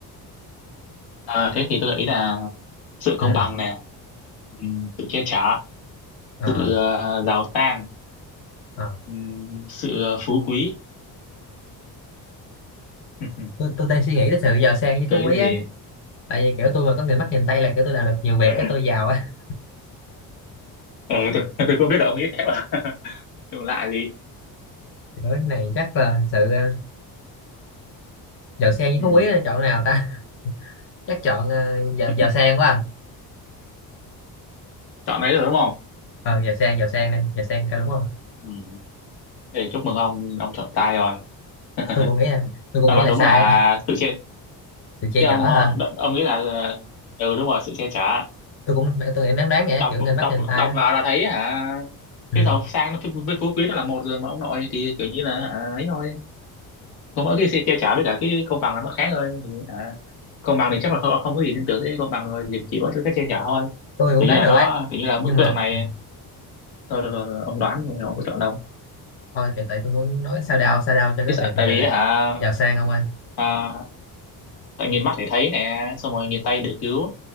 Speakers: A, on the left; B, on the left.
A: à, thế thì tôi gợi ý là sự công
B: ừ
A: bằng nè ừm, sự che chở
B: ờ
A: sự ờ, giàu sang
B: ờ.
A: ừm, sự ờ, phú quý <laughs>
B: tôi, tôi đang suy nghĩ tới sự giàu sang với
A: cái
B: phú quý
A: gì
B: ấy tại vì kiểu tôi mà có người mắt nhìn tay là kiểu tôi làm được nhiều việc
A: Ờ,
B: cái tôi giàu á
A: ừ, tôi, tôi không biết là ông nghĩ thế mà <laughs> đừng lạ gì
B: <laughs> kiểu cái này chắc là sự ờ, giàu sang với
A: ừ.
B: phú quý là chọn nào ta <laughs> chắc chọn ờ, giàu
A: <laughs>
B: giàu sang quá à.
A: chọn đấy rồi đúng không
B: ờ giàu sang giàu sang đây giàu sang cái đúng không
A: ừ. để chúc mừng ông ông chọn sai rồi <laughs>
B: tôi cũng nghĩ là tôi cũng
A: đáp
B: nghĩ
A: án
B: là
A: đúng
B: sai
A: là
B: á
A: sự che
B: <laughs> từ che
A: chứ ông
B: chở hả
A: ờ, đ- ông nghĩ là ờ, ừ đúng rồi sự che chở
B: tôi cũng tôi nghĩ đoán đoán vậy á,
A: đọc
B: kiểu người mắt
A: đọc
B: nhìn tay
A: đọc
B: á
A: vào là thấy hả
B: ừ.
A: cái giàu sang nó với phú quý nó là một rồi mà ông nội thì kiểu như là hả, ấy thôi còn mỗi cái sự che chở với cả cái công bằng là nó khác thôi thì hả, công bằng thì chắc là không, không có gì liên tưởng tới công bằng thôi thì chỉ có cái che chở thôi
B: tôi cũng
A: kiểu
B: đoán
A: như là
B: được
A: nó
B: ấy
A: kiểu như là bức
B: nhưng mà
A: tượng này
B: ừ,
A: Thôi rồi, rồi, rồi, ông đoán rồi, ông có chọn đâu.
B: thôi kiểu tại tôi muốn nói sao đao sao đao cho cái
A: Cái sợ,
B: việc mà
A: tại vì hả,
B: giàu sang không ơi
A: à, tại nhìn mắt để thấy nè, xong rồi nhìn tay để cứu.